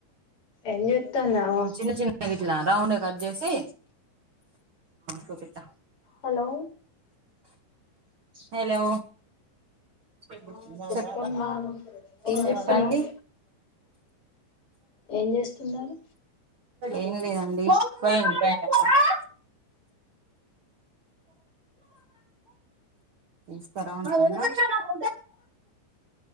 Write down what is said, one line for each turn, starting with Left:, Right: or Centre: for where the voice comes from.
Left: ఏం చేత్తన్నావ్
Right: చిన్న చిన్న బగిట్ల రౌండ్ గ కట్ జేసి కోపిత్త
Left: హలో
Right: హలో చెప్
Left: ఆ చెప్పమ్మా ఏం
Right: చెప్పండి
Left: చేస్తున్నావ్ ఏం జేస్తున్నరు
Right: ఏం లేదండి పో <unintelligible> తీస్కోపోరా పో ఇస్తారా?